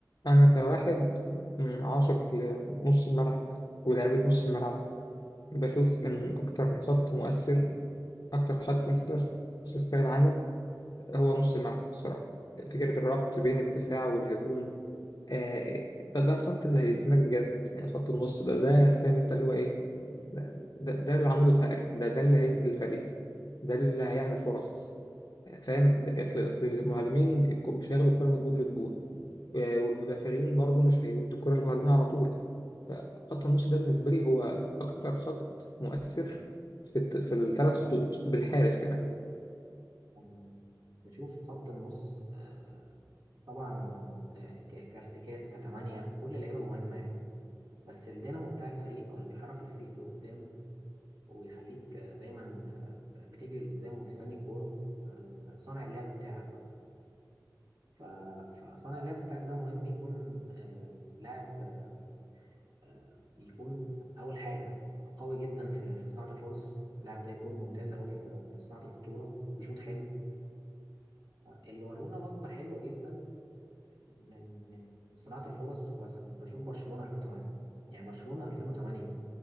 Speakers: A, on the left; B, on the right.
A: أنا كواحد م، عاشق لنص الملعب ولعيبة نص الملعب بشوف إن أكتر خط مؤثر أكتر خط متقدرش تستغنى عنه هو نص الملعب الصراحة فكرة الربط بين الدفاع والهجوم آه، ده ده الخط اللي هيزنك بجد يعني خط النص ده ده فاهم أنت اللي هو إيه ده ده, ده العمود الفقري ده ده اللي هيسند الفريق ده اللي هيعمل فرص فاهم ده- أصل أصل المهاجمين الكو- مش هياخدوا الكرة من الجون للجون آه، والمدافعين برضو مش هيودوا الكرة للمهاجمين على طول فخط النص ده بالنسبة لي هو أكتر خط مؤثر في الت... في الثلاث خطوط بالحارس كمان
B: أنا بشوف خط النص آه، طبعا آه، ك- كارتكاز كتمانية كل لعيبة مهمة يعني بس الدينامو بتاع الفريق أو اللي بيحرك الفريق لقدام ويخليك آه، دايما آه، بتجري لقدام ومستني الكورة آه، صانع اللعب بتاعك بقى ف- فصانع اللعب بتاعك ده مهم يكون آه، لاعب آه، آه، يكون أول حاجة قوي جدا في في صناعة الفرص اللاعب ده يكون ممتاز أوي في في صناعة الخطورة بيشوط حلو اللي ورونا وجبة حلوة جدا من من صناعة الفرص بس بشوف برشلونة 2008 يعني برشلونة 2008